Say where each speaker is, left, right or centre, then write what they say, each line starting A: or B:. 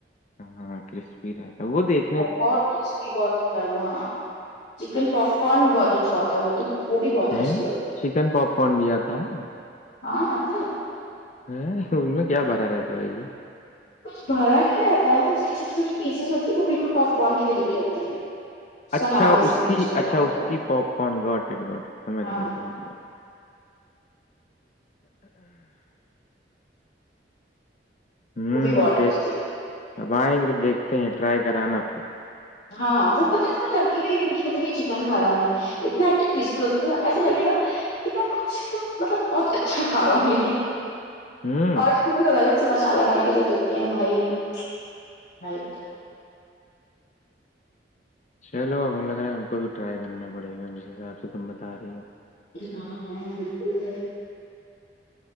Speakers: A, on the left; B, on the left.
A: ہاں ہاں کرسپی رہتا ہے وہ دیکھ
B: بہت کرسپ بہت ہوتا ہے وہ ہاں چکن پاپ کارن بھی بہت اچھا ہوتا ہے وہ تو وہ بھی بہت
A: ہے
B: کرسپی ہوتی
A: چکن پاپ کارن بھی آتا ہے
B: ہاں آ تو ہے
A: ہ ان میں کیا بھھرا رہتا ہے بھیا
B: کچھ بھرا نہیں رہتا ہے اس کی چھوٹی چھوٹی پیسز ہوتی ہے وہ بالکل پاپ کارن کی طریقے ہوتی ہے اس کا
A: اچھا
B: نام
A: اس
B: لیے
A: کی
B: چکن
A: اچھا
B: پاپ
A: اس
B: کارن
A: کی پاپ کارن گاٹڈ گاٹڈ سمجھ
B: ہاں
A: گیا سمجھ گیا ہوں
B: وہ بھی بہت
A: یک
B: ٹیسٹی
A: اب آئیں گے تو دیکھتے ہیں ٹرائی کرانا پھر
B: ہاں ہاں وہ پہ تو میں لگ گ ہی نہیں کہ مطلب یہ چکن کھ رہا ہوں میں اتنا ایک کرسپی ہوتا ت ایسا لگ گا کہ میں کچھ مطلب بہت اچھا کھا رہا ہوں لیکن
A: ہوں
B: اور وہ لوگ الگ سے مسالہ ڈال کے جو دیتے ہیں بھائی بھائی ب
A: چلو ہم لگ رہے ہے ہم کو بھی ٹرائی کرنا پڑے گا جس حساب سے تم بتا رہی ہو
B: ہاں ہاں بالکل س